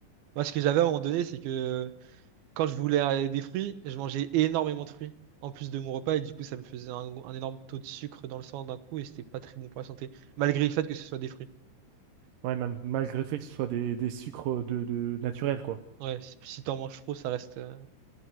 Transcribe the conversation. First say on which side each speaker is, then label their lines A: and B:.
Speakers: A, on the right; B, on the right.
A: Moi, ce que j'avais à un moment donné, c'est que euh, quand je voulais euh, des fruits, je mangeais énormément de fruits en plus de mon repas et du coup, ça me faisait un, un énorme taux de sucre dans le sang d'un coup et c'était pas très bon pour la santé, malgré le fait que ce soit des fruits.
B: Ouais, mal- malgré le fait que ce soit des, des sucres de, de naturels, quoi.
A: Ouais, si si t'en manges trop, ça reste euh,